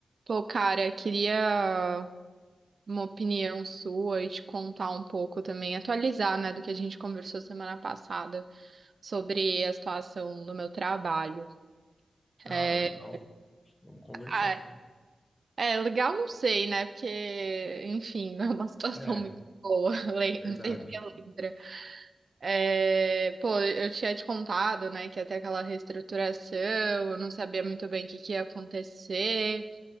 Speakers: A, on the right; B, on the left.
A: Pô, cara, queria uma opinião sua e te contar um pouco também, atualizar, né, do que a gente conversou semana passada sobre a situação do meu trabalho.
B: Ah,
A: É,
B: legal. Vamos conversar.
A: ah,
B: sim.
A: é é legal, não sei, né, porque, enfim, <laughs> não é uma situação
B: É,
A: muito boa, <laughs> le-
B: verdade.
A: não sei se você lembra. É, pô, eu tinha te contado, né, que até aquela reestruturação, eu não sabia muito bem o que que ia acontecer.